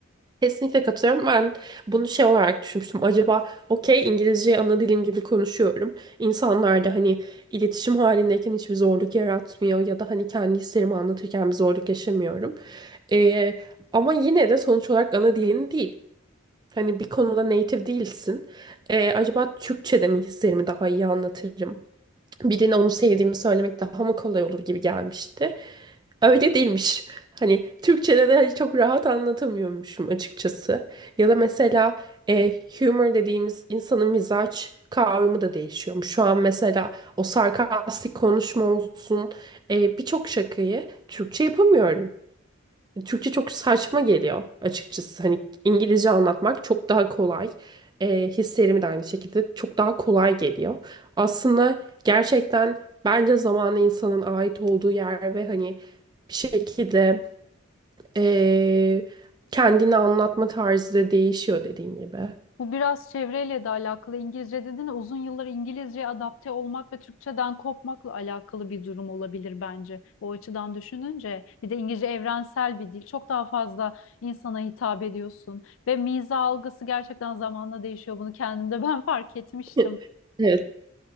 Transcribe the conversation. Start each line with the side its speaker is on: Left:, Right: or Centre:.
Right: Kesinlikle katılıyorum. Ben bunu şey olarak düşünmüştüm. Acaba okey İngilizceyi ana dilim gibi konuşuyorum. İnsanlar da hani iletişim halindeyken hiçbir zorluk yaratmıyor ya da hani kendi hislerimi anlatırken bir zorluk yaşamıyorum. Ee, ama yine de sonuç olarak ana dilin değil. Hani bir konuda native değilsin. Ee, acaba Türkçe'de mi hislerimi daha iyi anlatırım? birine onu sevdiğimi söylemek daha mı kolay olur gibi gelmişti. Öyle değilmiş. Hani Türkçe'de de hani çok rahat anlatamıyormuşum açıkçası. Ya da mesela e, humor dediğimiz insanın mizaç kavramı da değişiyormuş. Şu an mesela o sarkastik konuşma olsun e, birçok şakayı Türkçe yapamıyorum. Türkçe çok saçma geliyor açıkçası. Hani İngilizce anlatmak çok daha kolay. Ee, hislerimi de aynı şekilde çok daha kolay geliyor. Aslında gerçekten bence zamanı insanın ait olduğu yer ve hani bir şekilde ee, kendini anlatma tarzı da değişiyor dediğin gibi.
Left: Bu biraz çevreyle de alakalı. İngilizce dedin uzun yıllar İngilizceye adapte olmak ve Türkçeden kopmakla alakalı bir durum olabilir bence. O açıdan düşününce bir de İngilizce evrensel bir dil. Çok daha fazla insana hitap ediyorsun ve miza algısı gerçekten zamanla değişiyor. Bunu kendimde <laughs> ben fark etmiştim.
Right: <laughs> Evet,